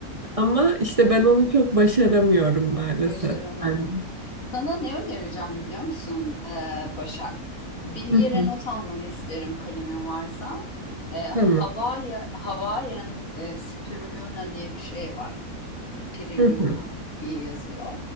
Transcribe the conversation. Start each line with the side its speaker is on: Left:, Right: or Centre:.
Right: Ama işte ben onu çok başaramıyorum maalesef.
Left: başaramadım.
Right: Yani.
Left: Sana ne önereceğim biliyor musun ee, Başak? Bir yere
Right: Hı hı.
Left: not almanı isterim kalemin varsa. Ee, Havaya,
Right: Tamam.
Left: Hawaiian e, Spirulina diye bir şey var. Piriluna
Right: Hı hı.
Left: diye yazıyor.